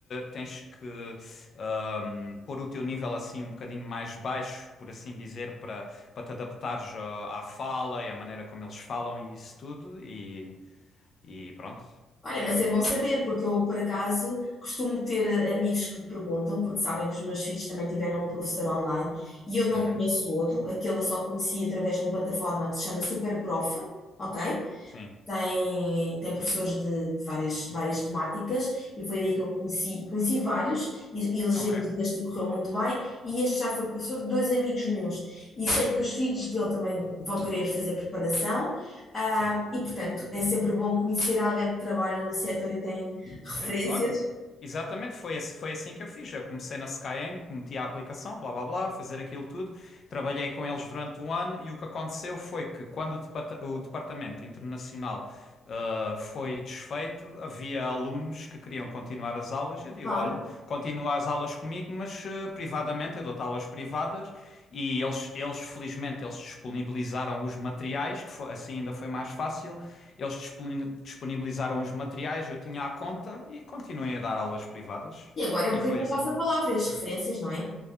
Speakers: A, on the left (about 55°); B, on the left (about 25°).
A: tens que ahm, pôr o teu nível assim um bocadinho mais baixo, por assim dizer, para para te adaptares a- à fala e à maneira como eles falam e isso tudo, e, e pronto.
B: Olha, mas
A: E,
B: é bom
A: É
B: saber,
A: isso.
B: porque eu, por acaso, costumo ter eh, amigos que me perguntam, porque sabem que os meus filhos também tiveram um professor online e eu não
A: uhum,
B: conheço outro, aquele eu só conheci através de uma plataforma que se chama Superprof, ok?
A: sim,
B: tem, tem professores de, de várias, várias temáticas, e foi daí que eu conheci, conheci vários, e, e elegemos
A: ok,
B: este e correu muito bem, e este já foi professor de dois amigos meus, e sei que os filhos dele também vão querer fazer preparação, ah,
A: sim.
B: e portanto é sempre bom conhecer alguém que trabalha no setor e tem referências,
A: Sim, olha. Exatamente, foi, esse- foi assim que eu fiz. Eu comecei na Skyeng, meti a aplicação, blá blá blá, fazer aquilo tudo. Trabalhei com eles durante um ano e o que aconteceu foi que quando o, depata- o departamento internacional ah, foi desfeito, havia alunos que queriam continuar as aulas Digo,
B: claro.
A: olha, continua as aulas comigo, mas eh, privadamente, eu dou-te aulas privadas e eles, eles, felizmente, eles disponibilizaram os materiais, que foi, assim ainda foi mais fácil, eles disponi- disponibilizaram os materiais, eu tinha a conta e continuei a dar aulas privadas.
B: E agora é
A: E
B: um bocadinho
A: foi assim.
B: a passa-palavra, as referências, não é?